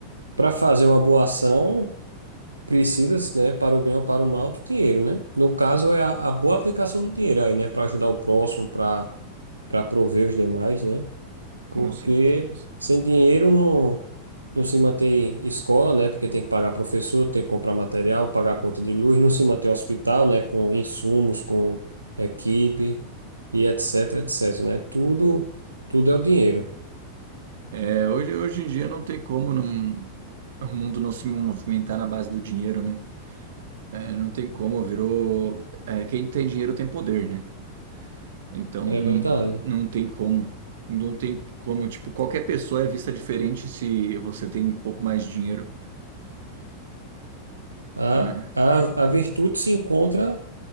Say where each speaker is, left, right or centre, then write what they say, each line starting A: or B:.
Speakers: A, on the right (about 80°); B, on the right (about 60°).
A: para fazer uma boa ação, precisa, né, para o bem ou para o mal, do dinheiro, né? No caso, é a, a boa aplicação do dinheiro aí, né? Para ajudar o próximo, para para prover os demais, né?
B: Com
A: Porque
B: certeza.
A: sem dinheiro não, não se mantém escola, né? Porque tem que pagar professor, tem que comprar material, pagar a conta de luz, não se mantém hospital, né? Com insumos, com equipe e etc, etc, né? Tudo, tudo é o dinheiro.
B: É, hoje, hoje em dia não tem como não, o mundo não se movimentar na base do dinheiro, né? É, não tem como, virou. é, quem tem dinheiro tem poder, né? Então
A: É
B: n-
A: verdade.
B: não tem como. Não tem como, tipo, qualquer pessoa é vista diferente se você tem um pouco mais de dinheiro,
A: A,
B: né?
A: a, a virtude se encontra